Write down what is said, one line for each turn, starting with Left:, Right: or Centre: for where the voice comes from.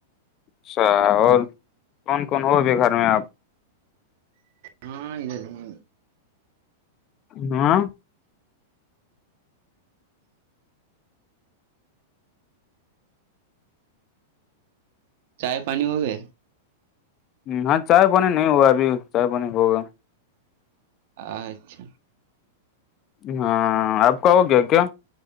Left: اچھا اور کون کون ہوگی گھر میں آپ
Right: ہاں <unintelligible>
Left: ہاں
Right: چائے پانی ہو گئے
Left: ہاں چائے پانی نہیں ہوا ابھی چائے پانی ہوگا
Right: اچھا
Left: ہاں آپ کا ہو گیا کیا